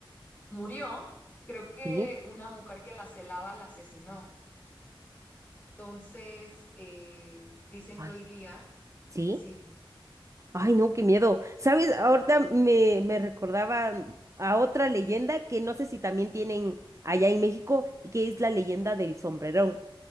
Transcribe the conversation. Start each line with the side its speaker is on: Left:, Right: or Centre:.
Left: murió. Creo que
Right: sí,
Left: una mujer que la celaba la asesinó. Entonces, eh, dicen
Right: ay,
Left: que hoy día,
Right: sí,
Left: sí.
Right: Ay, no, qué miedo. ¿Sabes? Ahorita me, me recordaba a otra leyenda que no sé si también tienen allá en México, y que es la leyenda del sombrerón.